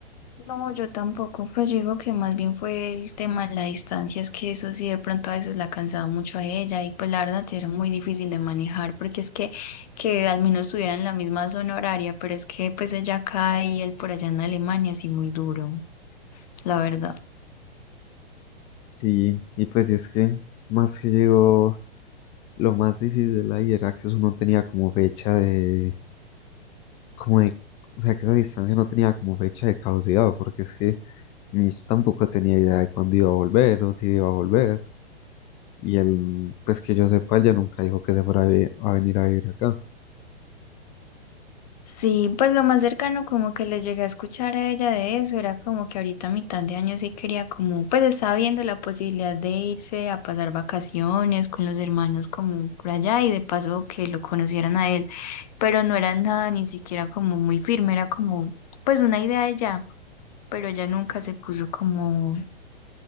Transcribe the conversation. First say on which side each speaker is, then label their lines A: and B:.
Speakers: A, on the left; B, on the left.
A: No, yo tampoco. Pues yo digo que más bien fue el tema de la distancia, es que eso sí de pronto a veces la cansaba mucho a ella y pues la verdad sí era muy difícil de manejar porque es que, que al menos estuviera en la misma zona horaria, pero es que pues ella acá y él por allá en Alemania, así muy duro, la verdad.
B: Sí, y pues y es que más que llegó, lo más difícil ahí era que eso no tenía como fecha de, como de, o sea, que esa distancia no tenía como fecha de caducidad, porque es que Mitch tampoco tenía idea de cuándo iba a volver o si iba a volver, y él, pues que yo sepa, él ya nunca dijo que se fuera a vi- a venir a vivir acá.
A: Sí, pues lo más cercano como que le llegué a escuchar a ella de eso era como que ahorita a mitad de año sí quería como, pues estaba viendo la posibilidad de irse a pasar vacaciones con los hermanos como por allá y de paso que lo conocieran a él pero no era nada ni siquiera como muy firme, era como pues una idea de ella, pero ella nunca se puso como,